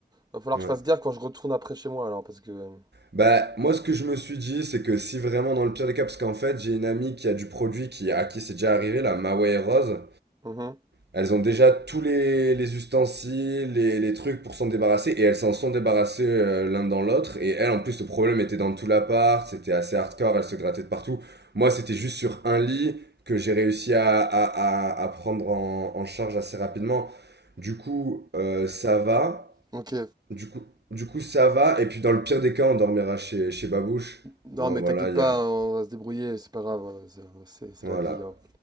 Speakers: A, on the right; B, on the right.
A: va falloir
B: Ouais.
A: que je fasse gaffe quand je retourne après chez moi, alors, parce que. euh,
B: Bah, moi, ce que je me suis dit, c'est que si vraiment, dans le pire des cas, parce qu'en fait, j'ai une amie qui a du produit qui, à qui c'est déjà arrivé, la Maway Rose.
A: Mhm.
B: Elles ont déjà tous les, les ustensiles, les, les trucs pour s'en débarrasser, et elles s'en sont débarrassées euh, l'un dans l'autre. Et elle, en plus, le problème était dans tout l'appart, c'était assez hardcore, elle se grattait de partout. Moi, c'était juste sur un lit que j'ai réussi à, à, à, à prendre en, en charge assez rapidement. Du coup, euh, ça va.
A: Ok.
B: Du coup, du coup, ça va. Et puis, dans le pire des cas, on dormira chez, chez Babouche.
A: Non,
B: Bon,
A: mais
B: voilà,
A: t'inquiète
B: il
A: pas,
B: y a...
A: on va se débrouiller, c'est pas grave, euh, c'est c'est- c'est
B: Voilà.
A: la vie. hein.